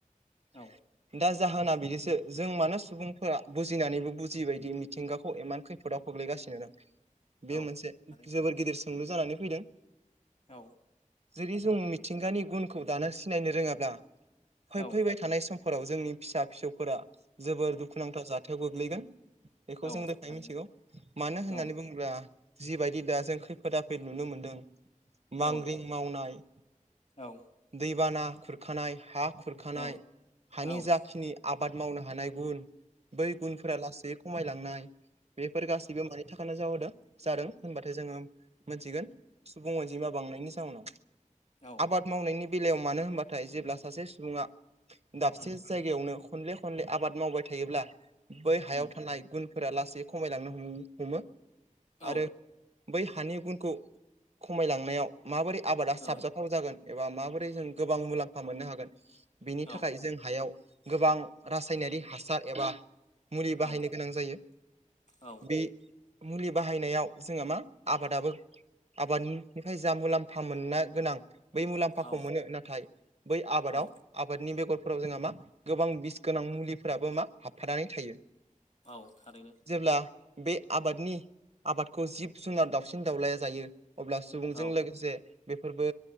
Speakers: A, on the right; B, on the left.
A: <inaudible>
B: औ
A: दा जाहोना बिदिसो जों मानो सुबुंफोरा बुजिनानैबो बुजियिबादि मिथिंगाखौ एमान खैफोदाव <unintelligible>
B: <inaudible>
A: बे मोनसे
B: थारै
A: जोबोर गिदिर सोंलु जानानै फैदों।
B: औ
A: जुदि जों मिथिंगानि गुनखौ दानो सिनायनो रोङाब्ला फै
B: औ
A: फैबाय थानाय समफोराव जोंनि फिसा फिसौफोरा जोबोर दुखुनांथाव जाथायाव गोग्लैगोन बेखौ
B: औ
A: जों रोखायै
B: थारैनो
A: मिथिगौ मानो होननानै
B: औ
A: बुङोब्ला जिबायदि दा जों खैफोद आफोद नुनो मोनदों मांग्रिं
B: औ
A: मावनाय
B: औ
A: दैबाना खुरखानाय हा खुरखानाय
B: औ
A: हानि
B: औ औ
A: जाखिनि आबाद मावनो हानाय गुन बै गुनफोरा लासै खमायलांनाय बेफोर गासैबो मानि थाखायनो जाहोदों जादों होनबाथाय जोङो मोनथिगोन सुबुं अनजिमा बांनायनि जाहनाव
B: औ
A: आबाद मावनायनि बेलायाव मानो होनबाथाय जेब्ला सासे सुबुङा दाबसे
B: उम
A: जायगायावनो खनले खनले आबाद मावबाय थायोब्ला बै
B: उम
A: हायाव थानाय गुनफोरा लासै खमायलांनो हम-हमो
B: औ
A: आरो बै हानि गुनखौ खमायलांनायाव माबोरै आबादा साबजा
B: ओ
A: थाव जागोन एबा माबोरै जों गोबां मुलाम्फा मोननो हागोन बिनि
B: औ
A: थाखाय जों हायाव गोबां रासायनारि हासार एबा मुलि बाहायनो
B: औ
A: गोनां जायो
B: औ
A: बे मुलि बाहायनायाव जोङो मा आबादाबो आबादनिफ्राय जा मुलाम्फा मोननो गोनां बै मुलाम्फाखौ
B: औ
A: मोनो नाथाय बै आबादाव
B: औ
A: आबादनि बेगरफोराव जोंहा मा गोबां बिस गोनां मुलिफोराबो मा हाबफानानै थायो।
B: औ थारैनो
A: जेब्ला बे आबादनि आबादखौ जिब-जुनार दावउसिन-दाउलाया जायो अब्ला सुबुं जों
B: औ
A: लोगोसे बेफोरबो